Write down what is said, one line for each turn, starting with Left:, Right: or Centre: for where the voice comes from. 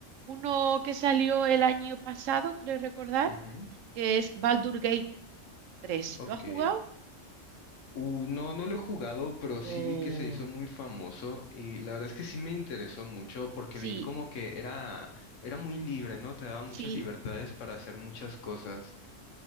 Right: uno que salió el año pasado, creo recordar
Left: Ujú,
Right: que es Baldur Gate tres
Left: ok.
Right: ¿Lo has jugado?
Left: Uh, no, no lo he jugado, pero sí
Right: Oh,
Left: vi que se hizo muy famoso y la verdad es que sí me interesó mucho porque
Right: sí,
Left: vi como que era, era muy libre, ¿no? Te daba muchas
Right: sí,
Left: libertades para hacer muchas cosas.